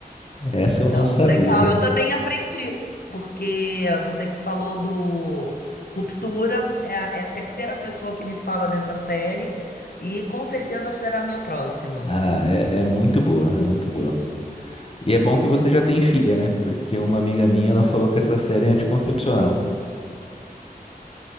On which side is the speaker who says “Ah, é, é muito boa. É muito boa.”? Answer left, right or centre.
Left